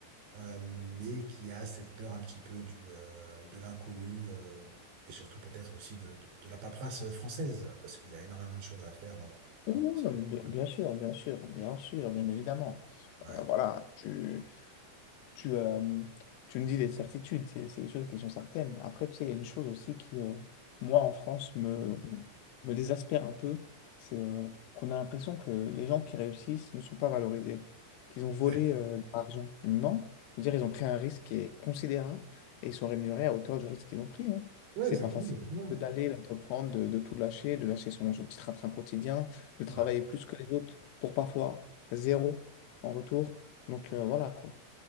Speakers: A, on the right; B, on the left.
A: euh, mais qui a cette peur un petit peu du, euh, de l'inconnu euh, et surtout peut-être aussi de, de, de la paperasse française, parce qu'il y a énormément de choses à faire euh, quand
B: Oui,
A: on
B: oui,
A: passe au
B: non, mais
A: téléphone.
B: bien bien sûr, bien sûr, bien sûr, bien évidemment.
A: Ouais.
B: Euh, voilà, tu, tu, euh, tu nous dis des certitudes, c'est c'est des choses qui sont certaines. Après, tu sais, il y a une chose aussi qui, euh, moi, en France, me, me désespère un peu, c'est euh, qu'on a l'impression que les gens qui réussissent ne sont pas valorisés, qu'ils ont volé
A: <laughs>
B: euh, l'argent. Non, je veux dire, ils ont pris un risque qui est considérable et ils sont rémunérés à hauteur du risque qu'ils ont pris. hein.
A: Ouais,
B: C'est
A: exactement.
B: pas facile
A: exactement.
B: d'aller, d'entreprendre, de, de tout lâcher, de lâcher son, son petit train-train quotidien, de
A: C'est
B: travailler
A: vrai,
B: plus que les autres pour parfois zéro en retour. Donc euh, voilà quoi.